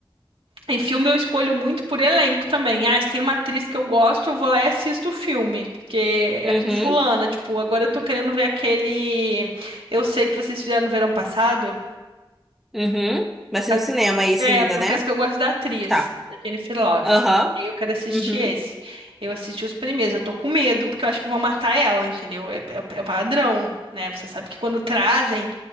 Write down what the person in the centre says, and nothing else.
<laughs> Uhum.
Uhum. Vai
ser
no cinema
isso
ainda,
né?
Tá.
Aham.
Uhum.